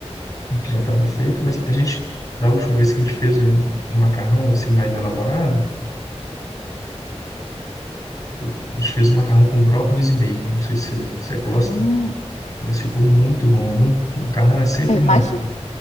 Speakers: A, on the left; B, on the left.
A: Que já estava feito, mas a gente, da última vez que a gente fez um, um macarrão assim mais elaborado, a gente fez um macarrão com brócolis e bacon. Não sei se você gosta.
B: Hum,
A: Mas ficou muito bom, viu? Macarrão é sempre
B: eu imagino.
A: uma